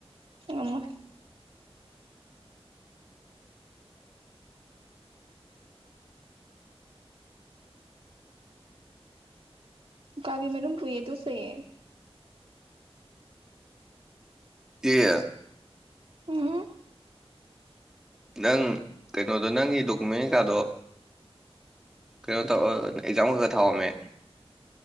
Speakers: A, on the right (about 60°); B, in the centre.
A: ꯑꯃ ꯀꯥꯕꯤꯃꯅꯨꯝ ꯀꯨꯏꯌꯦ ꯇꯨꯁꯦꯦ
B: ꯀ
A: ꯎꯝ
B: ꯅꯪ ꯀꯩꯅꯣꯗꯣ ꯅꯪꯒꯤ ꯗꯣꯀꯨꯃꯦꯟ ꯀꯩꯀꯥꯗꯣ ꯀꯩꯅꯣ ꯇꯧꯔ ꯑꯦꯛꯖꯥꯝ ꯈꯛ ꯈ ꯊꯥꯎꯔꯝꯃꯦ